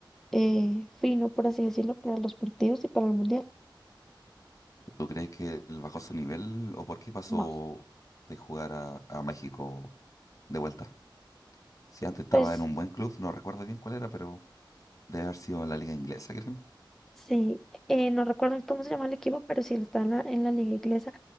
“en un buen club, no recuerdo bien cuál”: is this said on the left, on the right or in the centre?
Left